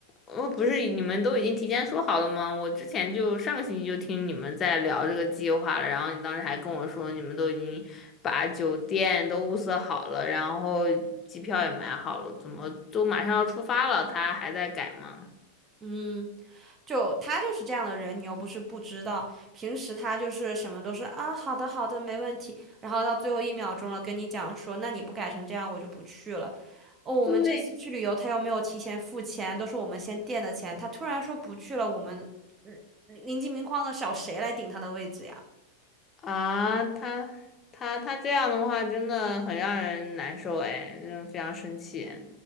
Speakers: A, on the left; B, on the right.
A: 我不是你们都已经提前说好了吗？我之前就上个星期就听你们在聊这个计划了，然后你当时还跟我说你们都已经把酒店都物色好了，然后机票也买好了，怎么都马上要出发了，他还在改吗？
B: 嗯，就他就是这样的人，你又不是不知道。平时他就是什么都是啊，好的好的，没问题。然后到最后一秒钟了，跟你讲说，那你不改成这样，我就不去了。哦，我们这次去旅游，
A: 对
B: 他又没有提前付钱，都是我们先垫的钱。他突然说不去了，我们嗯，临近明框的找谁来顶他的位置呀？
A: 啊，他他他这样的话真的很让人难受哎，让人非常生气。